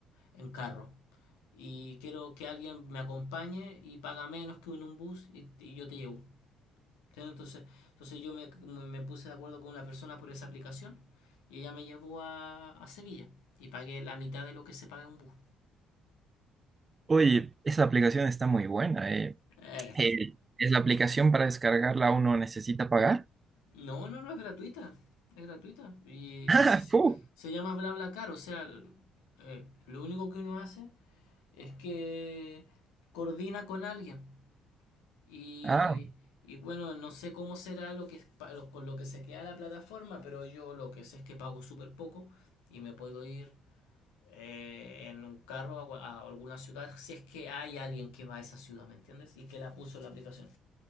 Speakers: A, on the left; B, on the right.
A: en carro y quiero que alguien me acompañe y paga menos que en un bus y, y yo te llevo. Entonces, entonces yo me, me- puse de acuerdo con una persona por esa aplicación y ella me llevó a, a Sevilla y pagué la mitad de lo que se paga en un bus.
B: Oye, esa aplicación está muy buena. eh.
A: Eh,
B: Eh, ¿es la aplicación para descargarla uno necesita pagar? <laughs>
A: No, no, no es gratuita. Es gratuita. Y
B: Ah,
A: se, se-
B: fu.
A: se llama BlaBlaCar. O sea, eh, lo único que uno hace es que coordina con alguien. Y,
B: Ah,
A: y bueno, no sé cómo será lo que, pa- lo- con lo que se queda la plataforma, pero yo lo que sé es que pago súper poco y me puedo ir eh, en un carro a, a alguna ciudad si es que hay alguien que va a esa ciudad, ¿me entiendes? Y que la puso en la aplicación.